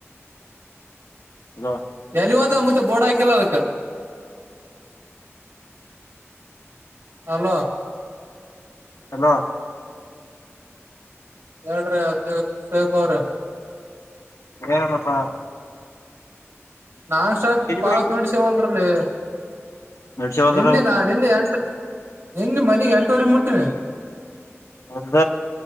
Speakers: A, on the left; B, on the right.
A: ಹಾ
B: ಎಲ್ಲಿಗೇ ಹೋದ ಮುಚೆ ಬೋರ್ಡ್ ಹಾಕಿಲ್ಲ ಅದಿಕ್ಕೆ ಹಲೋ
A: ಹಲೋ
B: ಹೇಳ್ರಿ ಅ ಶೇಕು ಅವ್ರ
A: ಏನಿಲಪ್ಪ
B: ನಾನ್ ಸ್ಟಾಪ್ ಪಾಸ್ಕ್
A: ಹೋಗಿದ್ದೆ
B: ನೆಡಸವಲ್ರಲ್ಲಿ
A: ನಡ್ಸವಲ್ರು
B: ನಿನ್ನೆ ನಾ ನಿನ್ನೆ ಎಂಟುವರೆಗೆ ನಿನ್ನೆ ಮನೆಗ್ ಎಂಟುವರೆ ಮುಟ್ಟನೆ
A: ಒದ್ದ